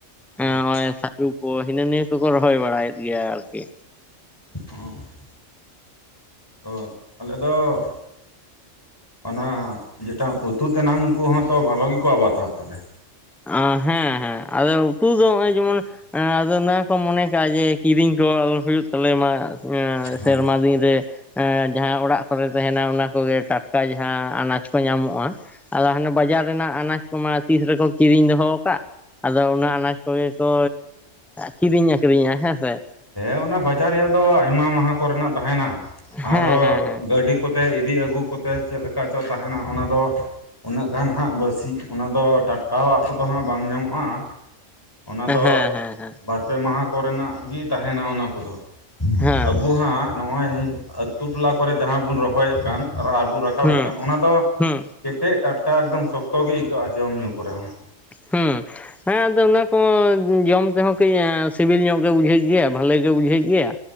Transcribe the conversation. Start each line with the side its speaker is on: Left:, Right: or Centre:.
Left: ᱦᱮᱸ
Centre: ᱮᱸ ᱦᱚᱚᱜᱚᱭ ᱥᱟᱹᱨᱩ ᱠᱚ ᱦᱤᱱᱟᱹ ᱱᱤᱭᱟᱹ ᱠᱚᱠᱚ ᱨᱚᱦᱚᱭ ᱵᱟᱲᱟᱭᱮᱫ ᱜᱮᱭᱟ ᱟᱨᱠᱤ᱾
Left: <unintelligible> ᱛᱚ ᱟᱞᱮ ᱫᱚ ᱚᱱᱟ ᱡᱮᱴᱟ ᱩᱛᱩ ᱛᱮᱱᱟᱝ ᱠᱚᱦᱚᱸ ᱛᱚ ᱵᱷᱟᱞᱚ ᱜᱤᱠᱚ ᱟᱵᱟᱫᱟ ᱛᱟᱞᱦᱮ?
Centre: ᱚ ᱦᱮᱸ ᱦᱮᱸ ᱟᱫᱚ ᱩᱛᱩ ᱫᱚ ᱱᱚᱜ-ᱚᱭ ᱡᱮᱢᱚᱱ ᱮᱸ ᱟᱫᱚ ᱱᱚᱣᱟ ᱠᱚ ᱢᱚᱱᱮ ᱠᱟᱜ-ᱟ ᱡᱮ ᱠᱤᱨᱤᱧ ᱠᱚ ᱟᱞᱚ ᱦᱩᱭᱩᱜ ᱛᱟᱞᱮ ᱢᱟ᱾ ᱟᱸ
Left: ᱦᱮᱸ
Centre: ᱥᱮᱨᱢᱟ
Left: ᱦᱮᱸ
Centre: ᱫᱤᱱ ᱨᱮ᱾ ᱮᱸ ᱡᱟᱦᱟᱸ ᱚᱲᱟᱜ ᱠᱚᱨᱮ ᱛᱟᱦᱮᱱᱟ ᱚᱱᱟ ᱠᱚᱜᱮ ᱴᱟᱴᱠᱟ ᱡᱟᱦᱟᱸ ᱟᱱᱟᱪ ᱠᱚ ᱧᱟᱢᱚᱜ-ᱟ᱾ ᱟᱫᱚ ᱦᱟᱱᱮ ᱵᱟᱡᱟᱨ ᱨᱮᱱᱟᱜ ᱟᱱᱟᱪ ᱠᱚᱢᱟ ᱛᱤᱥ ᱨᱮᱠᱚ ᱠᱤᱨᱤᱧ ᱫᱚᱦᱚ ᱟᱠᱟᱜ ᱟᱫᱚ ᱚᱱᱟ ᱟᱱᱟᱪ ᱠᱚᱜᱮ ᱠᱚ, ᱠᱤᱨᱤᱧ ᱟᱠᱷᱨᱤᱧ ᱧᱮᱜ-ᱟ ᱦᱮᱸᱥᱮ?
Left: ᱦᱮᱸ ᱚᱱᱟ ᱵᱟᱡᱟᱨ ᱨᱮᱭᱟᱜ ᱫᱚ ᱟᱭᱢᱟ ᱢᱟᱦᱟ ᱠᱚᱨᱮᱱᱟᱜ ᱛᱟᱦᱮᱱᱟ ᱟᱨᱦᱚᱸ
Centre: ᱦᱮᱸ ᱦᱮᱸ
Left: ᱜᱟᱹᱰᱤ ᱠᱚᱛᱮ ᱤᱫᱤ ᱟᱹᱜᱩ ᱠᱚᱛᱮ ᱪᱮᱫ ᱞᱮᱠᱟ ᱪᱚ ᱛᱟᱦᱮᱱᱟ, ᱚᱱᱟ ᱫᱚ ᱩᱱᱟᱹᱜ ᱜᱟᱱ ᱦᱟᱸᱜ ᱵᱟᱥᱤᱜ ᱚᱱᱟ ᱫᱚ ᱴᱟᱴᱠᱟᱼᱟᱜ ᱠᱚᱫᱚ ᱦᱟᱸᱜ ᱵᱟᱝ ᱧᱟᱢᱚᱜᱼᱟ᱾ ᱚᱱᱟ
Centre: ᱦᱮᱸ
Left: ᱫᱚ
Centre: ᱦᱮᱸ ᱦᱮᱸ
Left: ᱵᱟᱨ ᱯᱮ ᱢᱟᱦᱟ ᱠᱚᱨᱮᱱᱟᱜ ᱜᱮ ᱛᱟᱦᱮᱱᱟ ᱚᱱᱟ ᱠᱚᱫᱚ,
Centre: ᱦᱮᱸ
Left: ᱟᱵᱩ ᱦᱟᱸᱜ ᱱᱚᱜᱼᱚᱭ ᱟᱸᱛᱩ ᱴᱚᱞᱟ ᱠᱚᱨᱮ ᱡᱟᱦᱟᱸ ᱵᱚᱱ ᱨᱚᱦᱚᱭᱮᱫ ᱠᱟᱱ ᱟᱨᱵᱚᱱ ᱨᱟᱠᱟᱵ
Centre: ᱦᱩᱸ
Left: ᱨᱟᱠᱟᱵᱮᱫ ᱠᱟᱱ ᱚᱱᱟ ᱫᱚ
Centre: ᱦᱩᱸ
Left: ᱠᱮᱸᱴᱮᱡ ᱴᱟᱴᱠᱟ ᱮᱠᱫᱚᱢ ᱥᱚᱠᱛᱚ ᱜᱮ ᱟᱹᱭᱠᱟᱹᱜᱼᱟ ᱡᱚᱢ ᱧᱩᱸ ᱠᱚᱨᱮ ᱦᱚᱸ
Centre: ᱦᱮᱸ ᱦᱮᱸ ᱟᱫᱚ ᱚᱱᱟ ᱠᱚ ᱡᱚᱢ ᱛᱮᱦᱚᱸ ᱠᱟᱹᱡ ᱥᱤᱵᱤᱞ ᱧᱚᱜ ᱜᱮ ᱵᱩᱡᱷᱟᱹᱜ ᱜᱮᱭᱟ ᱵᱷᱟᱹᱞᱤ ᱜᱮ ᱵᱩᱡᱷᱟᱹᱜ ᱜᱮᱭᱟ᱾